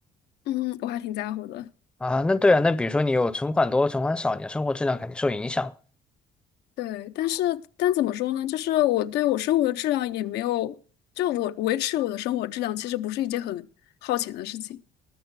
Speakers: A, on the left; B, in the centre.
A: 嗯，我还挺在乎的。
B: 啊，那对啊，那比如说你有存款多、存款少，你的生活质量肯定受影响。
A: 对，但是但怎么说呢？就是我对我生活的质量也没有，就我维持我的生活质量，其实不是一件很耗钱的事情。